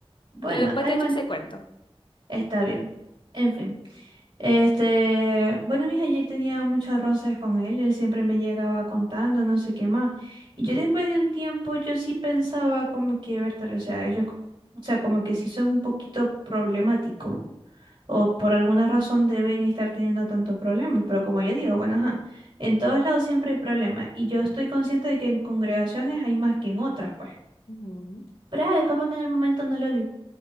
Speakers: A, on the right; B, on the left.
A: Bueno,
B: pero después
A: ay,
B: te echo
A: bueno.
B: ese cuento.
A: Está bien. En fin. Este, bueno, mis ayer tenía muchos roces con él, él siempre me llegaba contando, no sé qué más. Y yo después de un tiempo, yo sí pensaba como que, Bertal, o sea, ellos, co- o sea, como que sí son un poquito problemáticos. O por alguna razón deben estar teniendo tantos problemas. Pero como yo digo, bueno, ajá, en todos lados siempre hay problemas. Y yo estoy consciente de que en congregaciones hay más que en otras, pues.
B: Ujú.
A: Pero ah, es como que en el momento no lo vi.